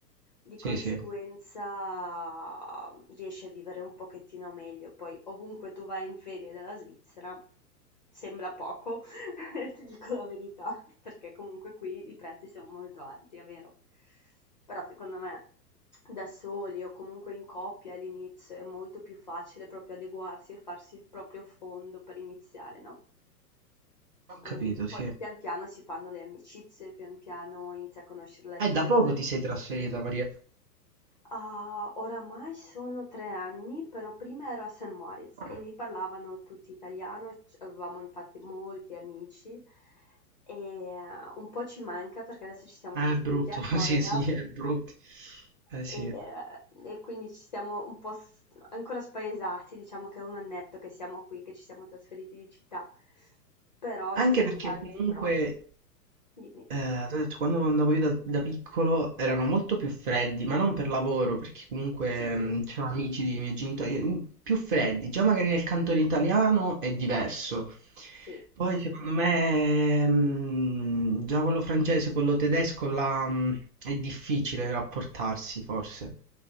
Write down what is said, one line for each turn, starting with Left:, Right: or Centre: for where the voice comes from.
Left: Di
Right: Sì,
Left: conseguenza
Right: sì,
Left: riesci a vivere un pochettino meglio. Poi ovunque tu vai in ferie dalla Svizzera sembra poco, <laughs> ti dico la verità, perché comunque qui i prezzi sono molto alti, è vero. Però secondo me da soli o comunque in coppia all'inizio è molto più facile proprio adeguarsi e farsi il proprio fondo per iniziare, no?
Right: ho capito,
Left: Ehm, poi
Right: sì.
Left: pian piano si fanno le amicizie, pian piano inizi a conoscere la, z-
Right: E da poco
Left: la
Right: ti sei trasferita, Maria.
Left: Ah, oramai sono tre anni, però prima ero a St. Moritz
Right: Eh,
Left: e lì parlavano tutti italiano, e c- avevamo infatti molti amici e eh, un po' ci manca perché adesso ci siamo
Right: È
Left: trasferiti
Right: brutto,
Left: a Coira
Right: <laughs> sì, sì, è brutto. Eh,
Left: e,
Right: sì.
Left: eh, e quindi ci siamo un po' s- ancora spaesati, diciamo che è un annetto che siamo qui, che ci siamo trasferiti di città, però
Right: Anche
Left: ci sono
Right: perché
Left: tanti
Right: comunque
Left: pro. Dimmi.
Right: Eh, t'ho detto, quando andavo io da, da piccolo erano molto più freddi, ma non per lavoro, perché comunque
Left: Sì, sì,
Right: mh, c'erano amici dei miei genitori mh, più freddi. Già magari nel cantone italiano è diverso.
Left: sì.
Right: Poi secondo me mh, già quello francese, quello tedesco là, mh, è difficile rapportarsi, forse.